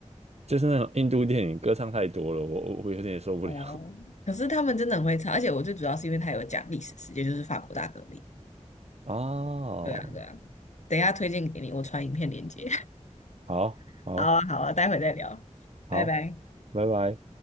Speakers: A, on the right; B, on the left.
A: 就是那种印度电影，歌唱太多了，我我我有点受不了。
B: <laughs>，哦，可是他们真的很会唱，而且我最主要是因为他有讲历史事件，就是法国大革命，
A: <laughs> 哦，
B: 对啊，对啊，等一下推荐给你，我传影片链接，
A: 好，
B: <laughs>
A: 好，
B: 好啊，好啊，待会再聊，拜拜。
A: 好，拜拜。